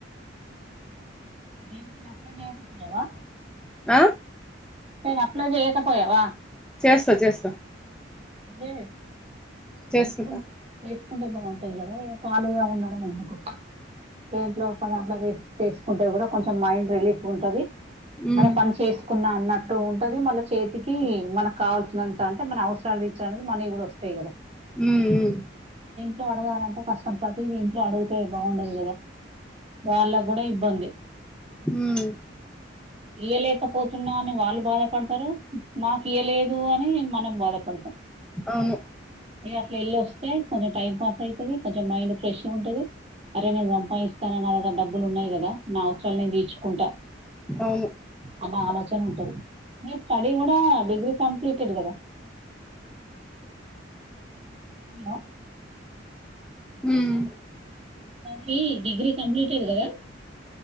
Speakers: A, on the right; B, in the centre.
A: <unintelligible>
B: ఆ
A: అప్లో చేయకపోయావా
B: చేస్తా చేస్తా
A: హే
B: చేసుకుంటా
A: చేసుకు చేసుకుంటే బాగుంటది కదా ఖళీగా ఉండడం ఎందుకు దేంట్లో ఒక దాంట్లో చేసుకుంటే కూడా కొంచెం మైండ్ రిలీఫ్ ఉంటది
B: ఉమ్
A: మన పని చేసుకున్నామ టో ఉంటది మళ్ళ చేతికి మానక్ కావాల్సినంత అంటే మన అవసరాలు తిచ్చే అనేది మనీ కూడా వస్తాయి కదా
B: హ్మ్మ్
A: ఇంట్లో అడగాలంటే కష్టం ప్రతిదీ ఇంట్లో అడుగుతే బాగుండదు కదా వాళ్ళగూడ ఇబ్బంది
B: హమ్మ్మ్
A: ఇయ్యలేకపోతున్న అని వాళ్ళు బాధపడతారు నాకియ్యలేదు అని నేన్ మనం బాధపడతాం
B: అవును
A: ఇగ అట్లా యెల్లోస్తే కొంచెం టైం పాస్ అయితది కొంచెం మైండ్ ఫ్రెష్గా ఉంటది అరే నేను సంపాయిస్తా నా దగ్గర డబ్బులు ఉన్నాయి కదా నా అవసరాలు నేను తీర్చుకుంటా
B: అవును
A: అన్న ఆలోచన ఉంటది మీ స్టడీ కూడా డిగ్రీ కంప్లీటెడ్ కదా <inaudible>
B: హ్మ్
A: తన్కి డిగ్రీ కంప్లీటెడ్ కదా